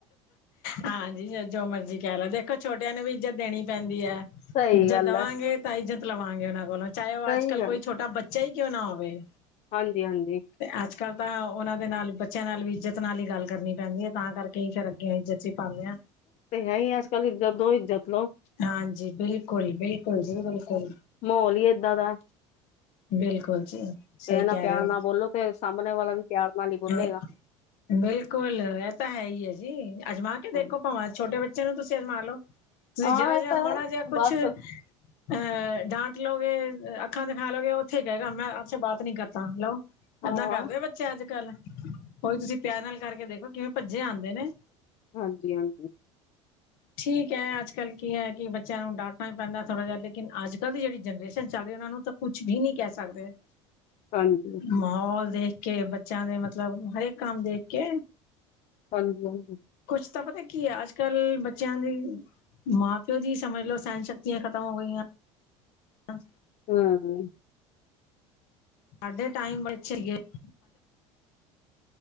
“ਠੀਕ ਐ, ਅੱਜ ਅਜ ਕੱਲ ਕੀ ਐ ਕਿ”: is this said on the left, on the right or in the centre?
Left